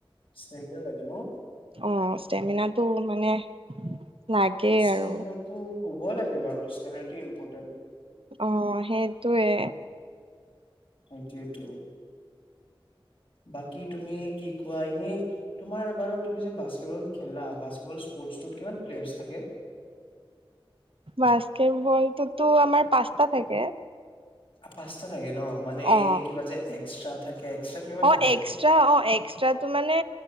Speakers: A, on the left; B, on the right.
A: চেংগা লাগে ন'?
B: অ'! ষ্টেমিনাটো মানে, লাগেই
A: ষ্টেমিনাটো
B: আৰু
A: হ'ব লাগে বাৰু। ষ্টমিনাটো ইম্পৰ
B: অ'! সেইটোৱে।
A: সেইটোৱেটো। বাকী, তুমি কি কোৱা এনে, তোমাৰ বাৰু তুমি যে, বাস্কেটবল খেলা, বাস্কেটবল স্পৰ্টছটোত কিমান প্লেয়াৰছ থাকে?
B: বাস্কেতবলটোতো আমাৰ পাঁচটা থাকে।
A: পাঁচটা থাকে ন'। মানে,
B: অ
A: এনে কিবা যে এক্সট্ৰা থাকে এক্সট্ৰা কিমান
B: অ'!
A: থাকে
B: এক্সট্ৰা অ'! এক্সট্ৰাটো মানে